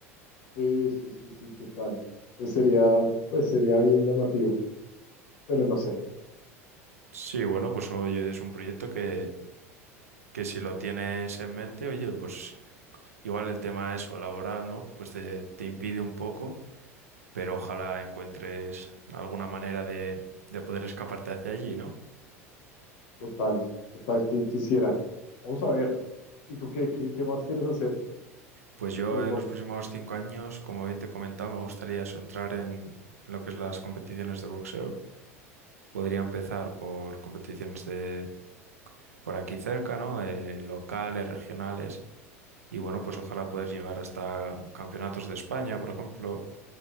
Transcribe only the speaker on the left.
Sí, sí, sí, sí, total. Entonces, sería, pues sería bien llamativo, pero no sé.
Total, total, que quisiera. Vamos a ver. ¿Y tú qué, qué, qué más quieres hacer
de deporte?